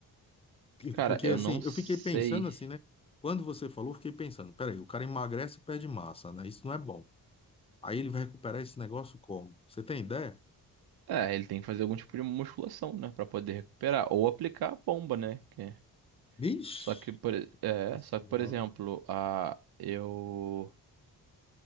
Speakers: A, on the left; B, on the right.
A: Porque,
B: cara,
A: porque,
B: eu
A: assim,
B: não sei.
A: eu fiquei pensando assim, né, quando você falou, eu fiquei pensando, peraí, o cara emagrece e perde massa, né, isso não é bom. Aí ele vai recuperar esse negócio como? Você tem ideia?
B: É, ele tem que fazer algum tipo de musculação, né, Pra poder recuperar ou aplicar a bomba, né? que-
A: Vixe,
B: Só que por, e- é,
A: Nossa
B: só
A: senhora.
B: que por exemplo, a eu